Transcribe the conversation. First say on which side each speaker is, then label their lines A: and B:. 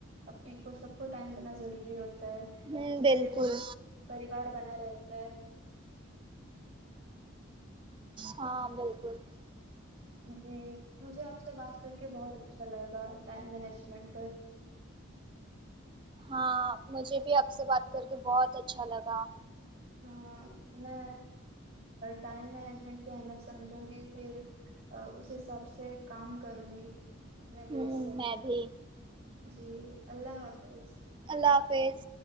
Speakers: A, on the right; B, on the right.
A: اپٹی کو سب کو ٹائم دینا ضروری ہوتا ہے
B: ہوں
A: جس
B: بالکل
A: سے پریوار بنا رہتا ہے
B: ہاں بالکل
A: جی مجھے آپ سے بات کر کے بہت اچھا لگا ٹائم مینجمنٹ پر
B: ہاں مجھے بھی آپ سے بات کر کے بہت اچھا لگا
A: ہاں میں ٹائم مینجمنٹ کی اہمیت سمجھوں گی پھر اس حساب سے کام کروں گی اپنے گول
B: ہوں
A: سیٹ
B: میں
A: کرونگی
B: بھی
A: جی اللہ حافظ
B: اللہ حافظ